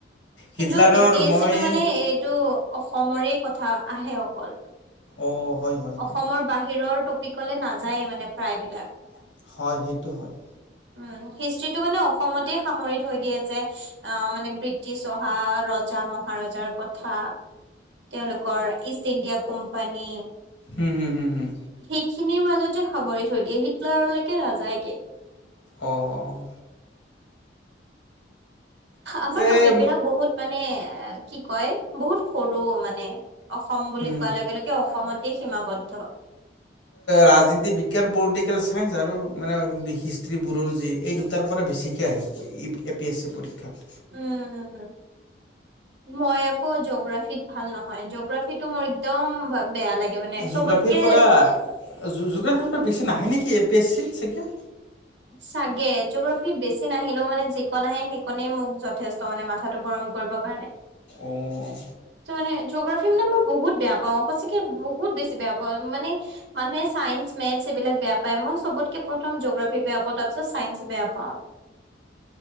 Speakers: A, on the right; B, on the left.
A: কিন্তু
B: হিটলাৰৰ
A: এ পি এছ
B: মই
A: চিটো মানে এইটো অ সমৰে কথা আহে অকল।
B: অ' হয় হয়
A: অসমৰ বাহিৰৰ টপিক ক'লে নাযায়েই মানে প্ৰায়বিলাক।
B: হয় হয় সেইটো হয়
A: উম, হিষ্ট্ৰিত টো মানে অসমতেই সামৰি থৈ দিয়ে যে। আ মানে ব্ৰিটিছ অহা, ৰজা মহাৰজাৰ কথা। তেওঁলোকৰ ইষ্ট ইণ্ডিয়া কোম্পানী
B: হম, হম, হম, হম।
A: সেইখিনিৰ মাজতে সামৰি থৈ দিয়ে, হিটলাৰলৈকে নাযায়গে।
B: অ'।
A: আমাৰ
B: এই
A: টপিক বিলাক বহুত মানে এ কি কয়, বহুত সৰু মানে। অসম বুলি
B: উম।
A: কোৱাৰ লগে লগে অসমত তেই সীমাবদ্ধ।
B: ৰাজনীতি বিজ্ঞান, পলিটিকেল ছায়েন্ঞ্চ আৰু মানে হিষ্ট্ৰী-বুৰঞ্জী, এই দুটাৰ পৰা বেছিকৈ আহে এ পি এছ চি পৰীক্ষাত।
A: উম, মই আকৌ জিঅ'গ্ৰাফীত ভাল নহয়। জিঅ'গ্ৰাফিটো মোৰ একদম বেয়া লাগে মানে চবতকে
B: জোগ্ৰাফিৰ পৰা, জো-জোগ্ৰাফিৰ পৰা কুৱেষ্টন আহে নেকি, এ পি এচ চিত চাগে
A: চাগে, জিগ্ৰাফিত বেছি নাহিলেওঁ মানে কন আহে, সেইকনেই মোক যথেষ্ট মানে মাথাটো গৰম কৰিবৰ কাৰণে। ত
B: অঁ
A: মানে জগ্ৰাফি মানে মই বহুত বেয়া পাওঁ, সঁচাকে বহুত বেছি বেয়া পাওঁ। মানে মানুহে চাইন্স, মেথছ এইবিলাক বেয়া পায় মই চবতকে প্ৰথম জগাফ বেয়া পাওঁ তাৰ পিছত চাইন্স বেয়া পাওঁ।